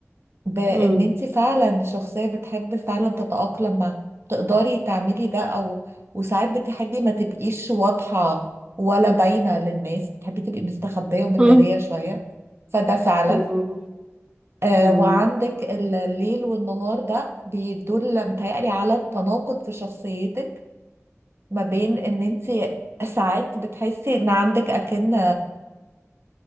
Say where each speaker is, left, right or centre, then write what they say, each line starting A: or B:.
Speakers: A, on the right; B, on the right.
A: بان
B: مم.
A: انت فعلا شخصية بتحب فعلا تتأقلم مع تقدري تعملي ده او وساعات بتحبي ما تبقيش واضحة ولا باينة للناس بتحبي تبقي مستخبية ومتدارية
B: مم.
A: شوية فده فعلا
B: مم.
A: آه
B: مم.
A: وعندك ال- الليل والنهار ده بيدل متهيألي على التناقض في شخصيتك ما بين ان انت ساعات بتحسي ان عندك اكن